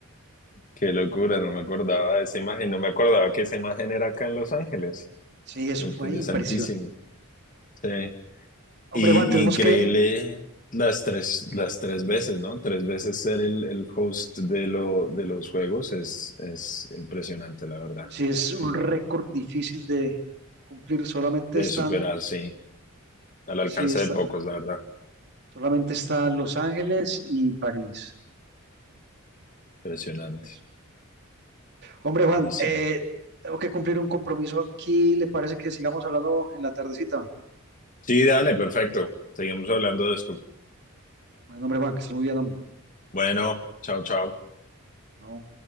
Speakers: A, on the left; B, on the right.
A: Qué locura, no me acordaba de esa imagen, no me acordaba que esa imagen era acá en Los Ángeles.
B: Sí, eso
A: Interesantísimo.
B: fue impresionante.
A: Sí.
B: Hombre,
A: Y,
B: Juan, tenemos
A: y increíble
B: que,
A: las tres, las tres veces, ¿no? Tres veces ser el, el host de lo, de los juegos es, es impresionante, la verdad.
B: si es un récord difícil de cumplir, solamente
A: De
B: están,
A: superar, sí. Al alcance
B: si está,
A: de pocos, la verdad.
B: solamente están Los Ángeles y París.
A: Impresionante.
B: Eso Hombre, Juan,
A: Buenísimo.
B: eh, tengo que cumplir un compromiso aquí. ¿Le parece que sigamos hablando en la tardecita?
A: Sí, dale, perfecto. Seguimos hablando de esto.
B: Bueno, hombre, Juan, que estés muy bien, hombre.
A: Bueno, chao, chao.
B: Chao.